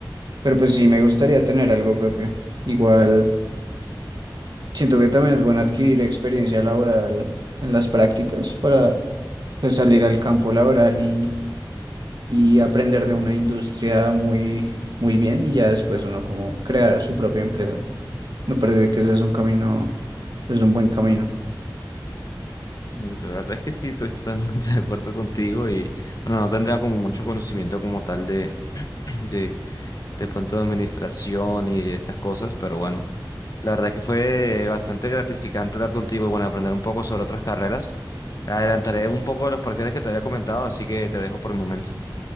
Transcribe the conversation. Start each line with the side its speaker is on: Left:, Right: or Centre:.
Right: pero pues sí me gustaría tener algo propio. Igual siento que también es bueno adquirir experiencia laboral en las prácticas para pues salir al campo laboral y, y aprender de una industria muy, muy bien y ya después uno como crear su propia empresa. Me parece que ese es un camino, es un buen camino.
Left: Mm, La verdad es que sí, estoy totalmente <laughs> de acuerdo contigo y bueno, no tendría como mucho conocimiento como tal de, <clears throat> de, de pronto de administración y de estas cosas, pero bueno. La verdad es que fue bastante gratificante hablar contigo y bueno, aprender un poco sobre otras carreras. Adelantaré un poco de los parciales que te había comentado, así que te dejo por el momento.